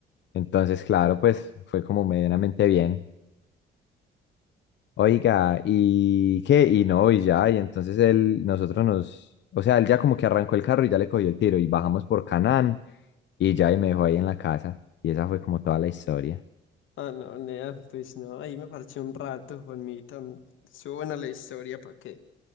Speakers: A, on the left; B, on the left.
A: Entonces, claro, pues fue como medianamente bien. Oiga, ¿y qué? Y no, y ya, y entonces él, nosotros nos, o sea, él ya como que arrancó el carro y ya le cogió el tiro y bajamos por Canán y ya y me dejó ahí en la casa. Y esa fue como toda la historia.
B: Ah, no, nea, pues no, ahí me parché un rato, Juanmita. mm, Estuvo buena la historia, ¿para qué?